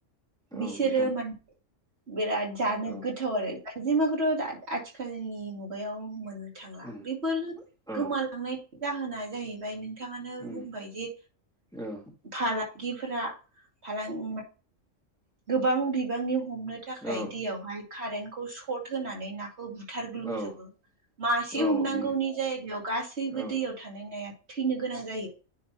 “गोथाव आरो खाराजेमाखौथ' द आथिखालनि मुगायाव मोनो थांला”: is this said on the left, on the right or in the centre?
Right